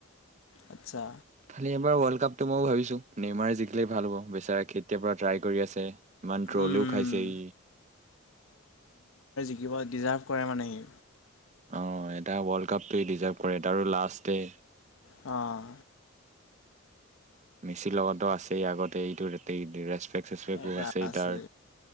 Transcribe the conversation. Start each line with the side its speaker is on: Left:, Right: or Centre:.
Left: আচ্ছা।
Right: খালি এবাৰ ৱৰ্ল্ড কাপটো মই ভাবিছো নেইমাৰে জিকিলেই ভাল হব বেচাৰে কেতিয়াৰ পৰাা ট্ৰাই কৰি আছে ইমান ট্ৰলও
Left: উম
Right: খাইছে ই,
Left: শিকিব ডিজাৰ্ভ কৰে মানে সি।
Right: অ', এটা ৱৰ্ল্ড কাপটোৱে ডিজাৰ্ভ কৰে তাৰো লাষ্ট ডে
Left: অ',
Right: মেচিৰ লগতো আছেই আগতে এইটো চেচপেক্টো
Left: এটা
Right: আছেই
Left: আছে।
Right: তাৰ